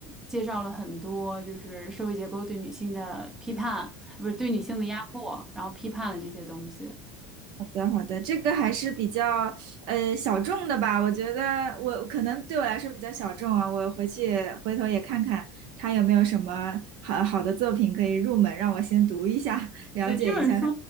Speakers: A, in the centre; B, on the right.
A: 介绍了很多就是社会结构对女性的批判，不是对女性的压迫，然后批判了这些东西。
B: 好的，好的，这个还是比较呃小众的吧，我觉得我可能对我来说比较小众啊，我回去回头也看看他有没有什么好好的作品可以入门，让我先读一下，了解一下。
A: 对，这本书，
B: 他。